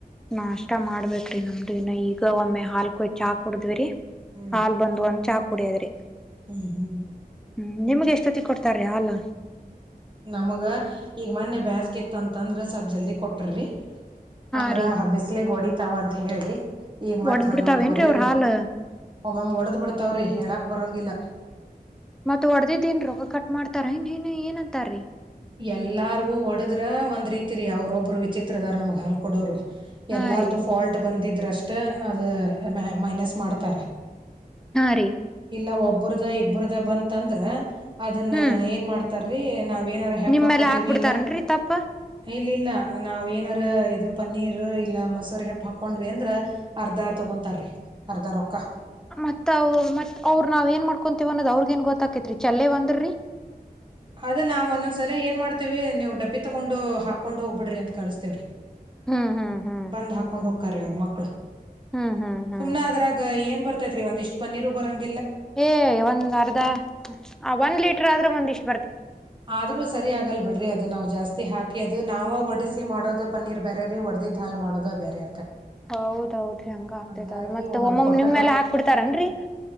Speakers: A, in the centre; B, on the right (about 30°).
A: ನಾ ಅಷ್ಟ ಮಾಡ್ಬೇ್ರಿ ನಮ್ದ ಇನ್ನ ಈಗ ಒಮ್ಮೆ ಹಾಲ್ಕಯ ಚಾ ಕುಡದ್ವಿರಿ
B: ಹ್ಮ್
A: ಹಾಲ್ ಬಂದ ಒಂದ ಚಾ ಕುಡಿಯದ್ರಿ
B: ಹ್ಮ್ ಹ್ಮ್
A: ಹ್ಮ ನಿಮ್ಗೆ ಎಷ್ಟೊತ್ತ ಕೊಡ್ತಾರ ಅಲ್ಲ
B: ನಮಗ ಈಗ ಮೊನ್ನೆ ಬ್ಯಾಸ್ಕ್ಿ ಇತ್ತ ಅಂತಂದ್ರ ಸ್ವಲ್ ಜಲ್ದಿ ಕೊಟ್ರಿ
A: ಹಾ
B: ಅಂದ್ರ
A: ರೀ
B: ಬಿಸಲಗ್ ಹೊಡಿತಾವ ಅಂತ ಹೇಳಿ ಈಗ ಮತ್
A: ಒಡ್ದ್
B: ಹನ್ನೊಂದರಿ
A: ಬಿಡ್ತಾವೇನ್ರೀ ಅವ್ರ ಹಾಲ್
B: ಒ ಮ್ಯಾಮ್ ಒಡದ್ ಬಿಡ್ತಾವ್ರಿ ಹೇಳಕ್ ಬರಂಗಿಲ್ಲ
A: ಮತ್ ಹೊರ್ದದ ನ್ ರೊೋಗ ಕಟ್ ಮಾಡ್ತಾರ ಇನ್ನ್ ಏನ್ಂತಾರೀ
B: ಎಲ್ಲಾರ್ಗೂ ಒಡದ್ರ ಒಂದ್ ರೀತಿ ರರಿ ಅವ್ರೊಬ್ರು ವಿಚಿತ್ರದಾರ ನಮಗ್ ಹಾಲ್ ಕೊಡೋರು
A: ಹಾ
B: ಎಲ್ಲಾರ್ದು
A: ರೀ
B: ಫಾಲ್ಟ್ ಬಂದಿದ್ರ ಅಷ್ಟ ಅ ಮೈನಸ್ ಮಾಡ್ತಾರ
A: ಹಾ ರೀ
B: ಇಲ್ಲ ಒ ಇಬ್ಬ್ರದು ಇಬ್ಬ್ರದ ಬ ಅಂತಂದ್ರ ಅದನ್ನ
A: ಹ್ಮ್
B: ಏನ್ ಮಾಡ್ತ ಸರರಿ ನಾವ್ ಹೆಪ್
A: ನಿಮ್ಮೇಲೆ
B: ಹಾಕೋತೇವಿ
A: ಹಾಕ್ಬಿಡ್ತಾರನ್ರಿ
B: ಇಲ್ಲ
A: ತಪ್ಪ
B: ಇಲ್ಲಿಲ್ಲ ನಾವವು ಏನಾರ ಇ ಪನ್ನೀರ್ ಇಲ್ಲ ಮೊಸೂರು ಹೆಪ್ ಹಾಕೊಂಡ್ವಿ ಅಂದ್ರ ಅರ್ಧ ತಗೊಂತಾರಿ ಅರ್ಧ ರೊಕ್ಕ
A: ಮತ್ ಮತ್ ಅವ್ರರು ನಾವ್ ಏನ್ ಮಾಡ್ಕೊಂತೀವ ಅನ್ನೋದ ಅವ್ರಗ ಏನ್ ಗೊತ್ತಾಕೇತ್ರಿ ಚಲ್ಲೇ ಒಂದ್ರ್ರಿ
B: ಅದ ನಾವವು ಒಂದೊಂದ್ ಸಲ ಏನ್ ಮಾಡ್ತೇವಿ ನೀವು್ ಡಬ್ಬಿ ತಗೊಂಡು ಹಾಕೊಂಡ್ ಹೋಗ್ಬಿಡ್ರಿ ಅಂತ ಕಳಿಸಸ್ತೇವ್ರಿ
A: ಹ್ಮ್ ಹ್ಮ್ ಹ್ಮ್
B: ಬಂದ್ ಹಾಕೊಂಡ್ ಹಕ್ಕಾರೆ ಅವ್ರ ಮಕ್ಳು
A: ಹ್ಮ್ ಹ್ಮ್ ಹ್ಮ್
B: ಸುಮ್ನೆ ಅದ್ರಾಗ ಏನ್ ಬರ್ತ ಐತ್ರಿ ಒಂದ ಇಷ್ಟ್ ಪೀರು ಬರಂಗಗೆ
A: ಏ ಒಂದ್ ಅರ್ಧ ಒಂದ್ ಲೀಟರ್ ಆದ್ರೆ ಒಂದ್ಿಷ್ಟ
B: ಆದ್ರೂ ಸರಿ ಆಗಲ್ ಬಿಡ್ರಿ ಅದು ನಾವು ಜಾಸ್ತಿ ಹಾಕಿ ಅದು ನಾವವು ಒಡಿಸಿಿ ಮಾಡೋದ ಪನ್ನೀರ್ ಬೇರೆ ರೀ ಹೊಡ್ದಿ ಹಾಲ್ ಮಾಡೋ ಬೇರೆ
A: ಹೌದೌದ್ರಿ ಹಂಗ ಆಗ್ತೇತ
B: ಹಂಗಾಗಿ
A: ಹೌದ ಮತ್ತತ್
B: ಒಮ್ಮೊಮ್
A: ಒಮ್ಮೊಮ್ಮ
B: ಕೊಟ್ಟ
A: ನಿಮ್ೆಲ್ಲಾ ಹಾಕ್ಬ ಬಿಡ್ತಾರನ್ರರಿ